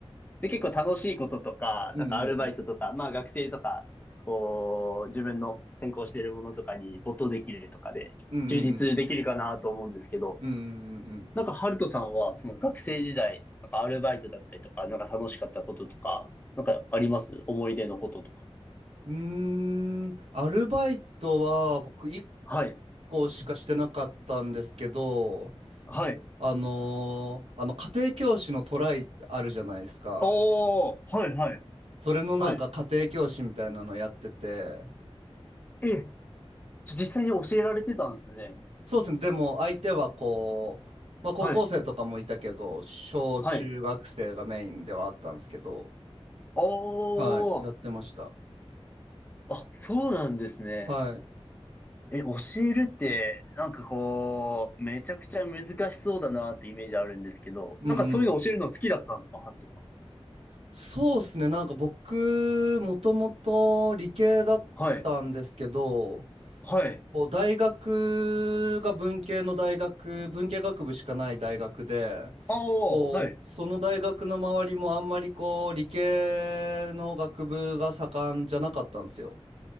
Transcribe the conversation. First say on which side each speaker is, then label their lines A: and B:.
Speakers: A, on the left; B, on the right.
A: で、結構楽しいこととか、
B: うんうんうん。
A: なんかアルバイトとか、まあ学生とか、こう、自分の専攻しているものとかに没頭できるとかで、
B: うんうんうん。
A: 充実できるかなと思うんですけど、
B: うんうん
A: なんか、ハルトさんは、その学生時代、なんかアルバイトだったりとか、なんか楽しかったこととか、なんかあります思い出のこととか。
B: うんうん。ーん。アルバイトは僕1
A: はい。
B: 個しかしてなかったんですけど、
A: はい。
B: あのーあの家庭教師のトライあるじゃないですか。
A: おー、はいはい。
B: それのなんか家庭教師みたいなのやってて。
A: はい。え、じゃ実際に教えられてたんですね。
B: そうですね。でも相手はこう、まあ高校生とかもいたけど、
A: はい。
B: 小中学生がメインではあったんですけど、
A: はい。お
B: はい、やってました。
A: ー、あ、そうなんですね。
B: はい。
A: え、教えるって、なんかこう、めちゃくちゃ難しそうだなってイメージあるんですけど、
B: うんうん。
A: なんかそういうの教えるの好きだったんですか、ハルトさんは。
B: そうですね。なんか僕、もともと理系だったんですけど、
A: はい。はい。
B: こう大学が文系の大学、文系学部しかない大学で、
A: あー、
B: こう、
A: はい。
B: その大学の周りもあんまりこう、理系の学部が盛んじゃなかったんですよ。